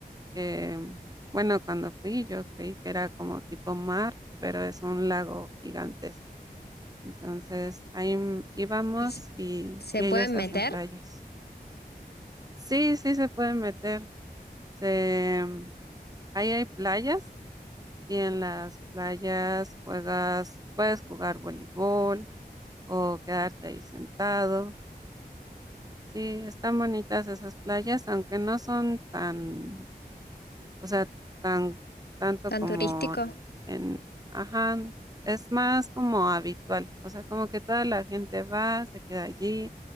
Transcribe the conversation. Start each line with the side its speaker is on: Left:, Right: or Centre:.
Right: que, bueno, cuando fui yo creí que era como tipo mar, pero es un lago gigantesco. Entonces, ahí m- íbamos
Left: ¿Y se
Right: y,
Left: se
Right: y ellos
Left: pueden
Right: hacen
Left: meter?
Right: playas. Sí, sí se pueden meter. Se, mm, ahí hay playas y en las playas juegas, puedes jugar voleibol o quedarte ahí sentado. Sí, están bonitas esas playas, aunque no son tan, o sea, tan, tanto
Left: ¿Tan
Right: como
Left: turístico?
Right: en, ajá, es más como habitual. O sea, como que toda la gente va, se queda allí